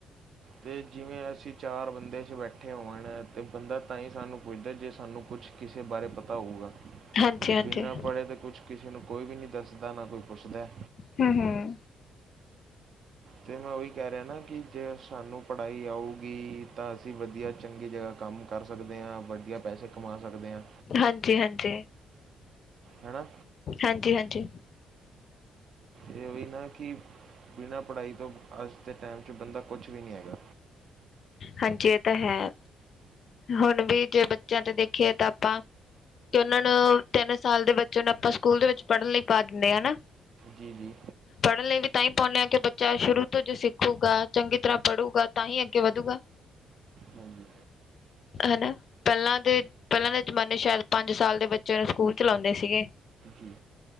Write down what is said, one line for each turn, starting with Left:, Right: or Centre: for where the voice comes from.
Right: ਤੇ ਜਿਵੇਂ ਅਸੀਂ ਚਾਰ ਬੰਦੇ ਬੈਠੇ ਹੋਣ ਤੇ ਬੰਦਾ ਤਾਂ ਹੀ ਸਾਨੂੰ ਪੁੱਛਦਾ ਜੇ ਸਾਨੂੰ ਕੁਛ ਕਿਸੇ ਬਾਰੇ ਪਤਾ ਹੋਗਾ।
Left: ਹਾਂਜੀ ਹਾਂਜੀ
Right: ਬਿਨਾ ਪੜੇ ਤੇ ਕੁਝ ਕਿਸੇ ਨੂੰ ਕੋਈ ਵੀ ਨਹੀਂ ਦੱਸਦਾ ਨਾ ਕੋਈ ਪੁੱਛਦਾ।
Left: ਹਮ ਹਮ
Right: ਤੇ ਮੈਂ ਉਹੀ ਕਹਿ ਰਿਹਾ ਨਾ ਕਿ ਜੇ ਸਾਨੂੰ ਪੜ੍ਹਾਈ ਆਊਗੀ ਤਾਂ ਅਸੀਂ ਵਧੀਆ ਚੰਗੀ ਜਗ੍ਹਾ ਕੰਮ ਕਰ ਸਕਦੇ ਹਾਂ ਵਧੀਆ ਪੈਸੇ ਕਮਾ ਸਕਦੇ ਹਾਂ
Left: ਹਾਂਜੀ ਹਾਂਜੀ
Right: ਹੈਣਾ
Left: ਹਾਂਜੀ ਹਾਂਜੀ
Right: ਇਹ ਉਹੀ ਨਾ ਕਿ ਬਿਨਾਂ ਪੜ੍ਹਾਈ ਤੋਂ ਅੱਜ ਦੇ ਟਾਈਮ 'ਚ ਬੰਦਾ ਕੁਛ ਵੀ ਨਹੀਂ ਹੈਗਾ
Left: ਹਾਂਜੀ ਇਹ ਤਾਂ ਹੈ ਹੁਣ ਵੀ ਜੇ ਬੱਚਿਆਂ ਤੇ ਦੇਖੀਏ ਤਾਂ ਆਪਾਂ ਕਿ ਉਹਨਾਂ ਨੂੰ ਤਿੰਨ ਸਾਲ ਦੇ ਬੱਚੇ ਨੂੰ ਆਪਾਂ ਸਕੂਲ ਦੇ ਵਿੱਚ ਪੜ੍ਹਨ ਲਈ ਪਾ ਦਿੰਦੇ ਹਾਂ ਹਨਾ
Right: ਜੀ ਜੀ
Left: ਪੜ੍ਹਨ ਲਈ ਵੀ ਤਾਂ ਹੀ ਪਾਉਂਦੇ ਹਾਂ ਕਿ ਬੱਚਾ ਸ਼ੁਰੂ ਤੋਂ ਜੋ ਸਿੱਖੂਗਾ ਚੰਗੀ ਤਰ੍ਹਾਂ ਪੜ੍ਹੂਗਾ ਤਾਂ ਹੀ ਅੱਗੇ ਵਧੂਗਾ
Right: ਹਾਂਜੀ
Left: ਹਨਾ ਪਹਿਲਾਂ ਦੇ ਪਹਿਲਾਂ ਦੇ ਜਮਾਨੇ ਸ਼ਾਇਦ ਪੰਜ ਸਾਲ ਦੇ ਬੱਚਿਆਂ ਨੂੰ ਸਕੂਲ ਚਲਾਉਂਦੇ ਸੀਗੇ
Right: ਹਮ